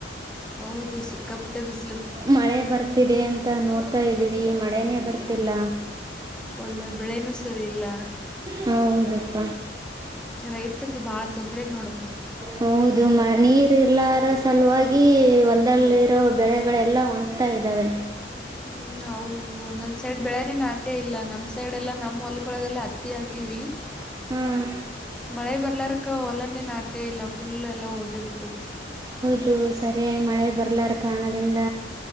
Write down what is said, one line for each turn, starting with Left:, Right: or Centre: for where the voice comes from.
Centre: ಹೌದು ಸಿಕ್ಕಾಪಟ್ಟೆ ಬಿಸ್ಲು
Right: ಮಳೆ ಬರ್ತಿದೆ ಅಂತ ನೋಡ್ತಾ ಇದೀವಿ. ಮಳೆನೇ ಬರ್ತಿಲ್ಲ.
Centre: ಹೊಲ್ದಾಗ್ ಬೆಳೆನೂ ಸರಿ ಇಲ್ಲ.
Right: ಹೌದಪ್ಪ.
Centre: ರೈತರ್ದು ಬಾಳ ತೊಂದ್ರೆ ನೋಡಪ್ಪಾ
Right: ಹೌದು ಮ ನೀರ್ ಇರ್ಲಾರ ಸಲುವಾಗಿ ಈ ಹೊಲ್ದಲ್ಲಿರೋ ಬೆಳೆಗಳೆಲ್ಲ ಒಣಗ್ತಾ ಇದ್ದಾವೆ
Centre: ಹ್ಮ್ ಹೌದು ಒಂದೊಂದ್ ಸೈಡ್ ಬೆಳೆನೆೇ ನಾಟೆ ಇಲ್ಲ ನಮ್ ಸೈಡ್ ಎಲ್ಲಾ ನಮ್ಮ್ ಹೊಲ್ ದೊಳಗೆಲ್ಲ ಹತ್ತಿ ಹಾಕೀವಿ
Right: ಹಾಂ
Centre: ಮಳೆ ಬ ಎಲ್ಲರ್ಕ ಹೊಲನೆೇ ನಾಟೆ ಇಲ್ಲ ಫುಲ್ ಎಲ್ಲಾ ಹೋಗೇಬಿಟ್ಟೖತಿ.
Right: ಇದು ಸರಿಯಾಗಿ ಮಳೆ ಬರ್ಲಾರ ಕಾರಣದಿಂದ